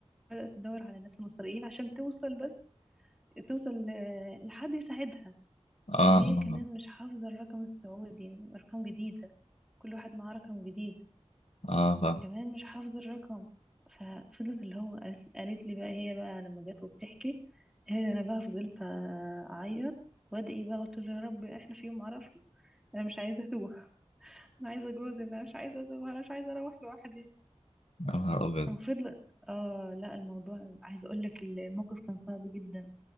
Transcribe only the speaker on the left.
اه
اه
اه فاهم
يا نهار ابيض